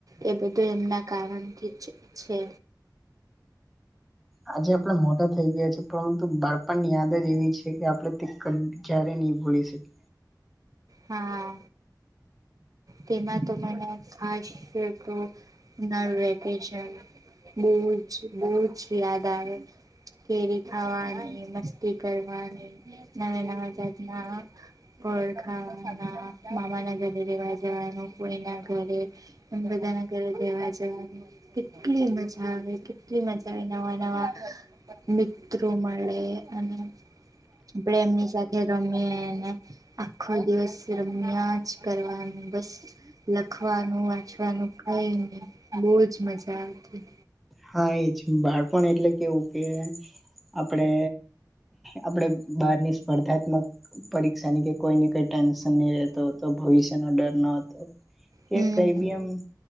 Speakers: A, on the right; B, in the centre.
A: એ બધું એમના કારણથી જ છે.
B: આજે આપણે મોટા થઈ ગયા છે પરંતુ બાળપણ યાદ જ એવી છે કે આપડે તે જ્યારે નહી ભૂલી શકીએ.
A: હા તેમાં તો મને ખાસ તો ઉનાળુ વેકેશન બોજ બોજ યાદ આવે. કેરી ખાવાની મસ્તી કરવાની નવા નવા જાતના ફળખાવાના મામા ના ઘરે રેવા જવાનું ફોઈના ઘરે આમ બધા ના ઘરે દેવા જવાની કેટલી મજા આવે કેટલી મજા આવે નવા નવા મિત્રો મળે અને આપણેે એમની સાથે રમીને આખો દિવસ રમ્યા જ કરવાનું બસ લખવાનું વાંચવાનું કઈ નહી બહજ મજા આવતી
B: હા એજ બાળપણ એટલે કેવું કે આપડે આપણે બહારની સ્પર્ધાત્મક પરીક્ષાની કે કોઈને કંઈ ટેન્શન નહીં રહેતો તો ભવિષ્યનો ડર ન હતો કે
A: હમ
B: કઈ બી એમ